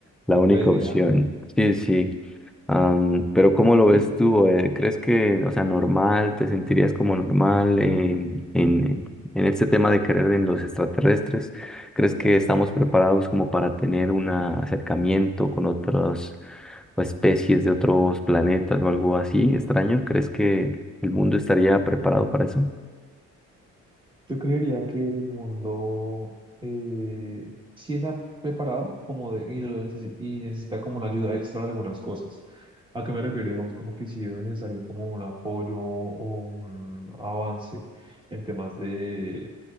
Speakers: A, in the centre; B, on the right (about 15°).
A: la única
B: la idea.
A: opción. Sí, sí. Am, pero ¿cómo lo ves
B: pero
A: tú? Eh, ¿crees que, o sea, normal, te sentirías como normal en, en, en en este tema de creer en los extraterrestres? ¿Crees que estamos preparados como para tener un acercamiento con otras o especies de otros planetas o algo así extraño? ¿Crees que el mundo estaría preparado para eso?
B: Yo creería que el mundo eh, sí está preparado como de, y, lo necesi- y necesita como una ayuda extra en algunas cosas. ¿A qué me refiero? Digamos como que sí es necesario como un apoyo o un avance en temas de